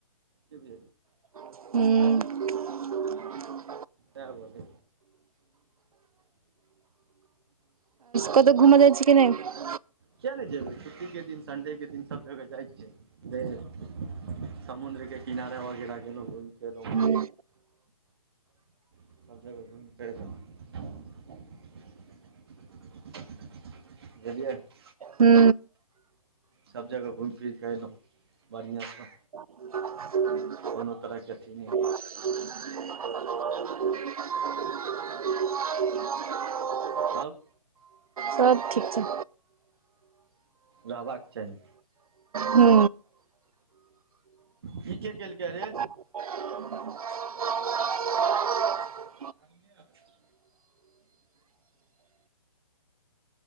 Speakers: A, on the right (about 45°); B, on the right (about 85°).
A: क भ
B: ह्मँ
A: आबत <inaudible>
B: कतहु
A: आओर
B: घूमऽ
A: बाकी
B: जाइ छी कि नहि
A: किया नहि जेबै छुट्टी के दिन सडे के दिन सब जगह जाइ छैै समुद्रके किनारा वगैर जे घुमिक
B: हूँ
A: सभ जगह घुमि फि देब बुझलियै
B: हू
A: सभ जगह घुमि फिरि कऽ अयलहुँ बढ़िआँसँ
B: ह ह <unintelligible>
A: कोनो तरहके अथी नहि
B: <unintelligible>
A: तब
B: सब ठीक छै
A: रहबाक चाही
B: हू
A: की के केलके रे
B: <unintelligible>
A: पानी नय आबै छै